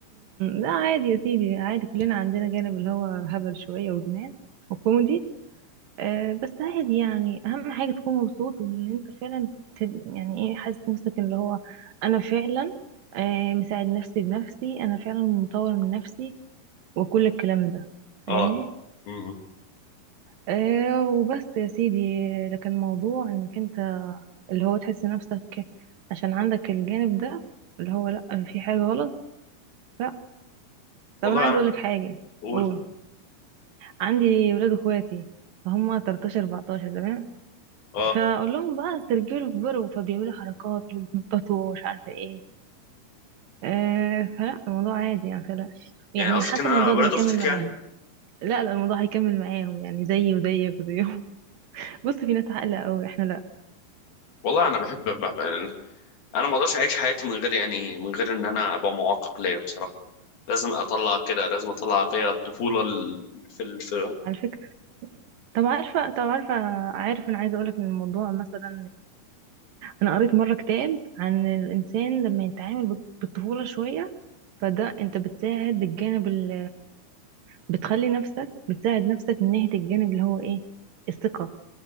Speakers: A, on the right; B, on the left.
A: لا عادي يا سيدي عادي كلنا عندنا جانب اللي هو هبل شوية وجنان وكوميدي آه، بس عادي يعني اهم حاجه تكون مبسوط وان انت فعلا تب... يعني ايه حاسس نفسك اللي هو انا فعلا آه، مساعد نفسي بنفسي انا فعلا مطور من نفسي وكل الكلام ده
B: اه
A: فاهمني
B: مم.
A: أه وبس يا سيدي لكن موضوع انك انت اللي هو تحس نفسك عشان عندك الجانب ده اللي هو لا في حاجه غلط لا طب
B: والله
A: انا عايز
B: انا
A: اقول لك حاجه
B: اقول
A: قول عندي ولاد اخواتي فهم 13 14 تمام
B: اه
A: فاقول لهم بقى استرجلوا كبروا فبيعملوا حركات اللي هو بيتنططوا ومش عارفه ايه آه فلا الموضوع عادي يعني متقلقش يعني
B: يعني قصدك
A: حاسه
B: ان انا
A: الموضوع
B: ولاد
A: ده هيكمل
B: اختك
A: معاهم
B: يعني
A: لا لا الموضوع هيكمل معاهم يعني زيي وزيك وزيهم <laughs> بص في ناس عاقله قوي احنا لا
B: والله انا بحب ب- ب- انا ما اقدرش اعيش حياتي من غير يعني من غير ان انا ابقى معقق ليا بصراحه لازم اطلع كده لازم اطلع فيها الطفوله ال- في ال... في
A: على فكره طب عارفه طب عارفه عارف انا عايزه اقولك ان الموضوع مثلا انا قريت مره كتاب عن الانسان لما يتعامل بال- بالطفوله شويه فده انت بتساعد بالجانب ال بتخلي نفسك بتساعد نفسك من ناحيه الجانب اللي هو ايه الثقه